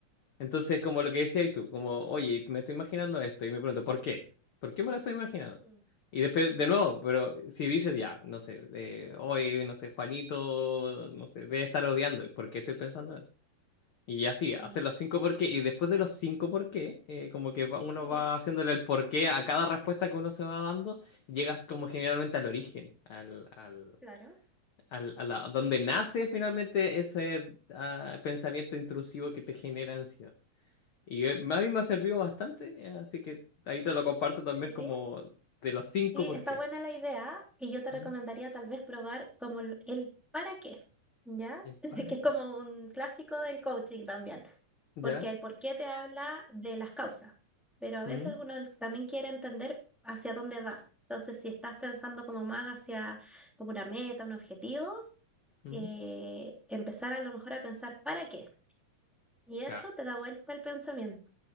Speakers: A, on the left (about 65°); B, in the centre.
A: Entonces, como lo que decías tú, como, oye, me estoy imaginando esto y me pregunto, ¿por qué? ¿Por qué me lo estoy imaginando?
B: ¿Ya?
A: Y después, de nuevo, pero si dices ya, no sé, eh, hoy, no sé, Juanito, no sé, debe estar odiando, ¿por qué estoy pensando? Y así,
B: Mm,
A: hace los cinco por qué. Y después de los cinco por qué, eh, como que va- uno va
B: ya,
A: haciéndole el por qué a cada respuesta que uno se va dando, llegas como generalmente al origen, al, al,
B: claro.
A: al, a la- donde nace finalmente ese ah, pensamiento intrusivo que te genera ansiedad. Y eh, a mí me ha servido bastante, eh, así que ahí te lo comparto también
B: Oye,
A: como de los cinco
B: sí,
A: por
B: está
A: qué.
B: buena la idea y yo te recomendaría
A: Mm,
B: tal vez probar como el, el para qué, ¿ya?
A: ¿El
B: <laughs>
A: para
B: Que es
A: qué?
B: como un clásico del coaching también,
A: ¿Ya?
B: porque el por qué te habla de las causas, pero a veces
A: Mm,
B: uno también quiere entender hacia dónde va. Entonces, si estás pensando como más hacia como una meta, un objetivo,
A: mm,
B: eh, empezar a lo mejor a pensar para qué. Y eso
A: Claro.
B: te da vuelta el pensamiento.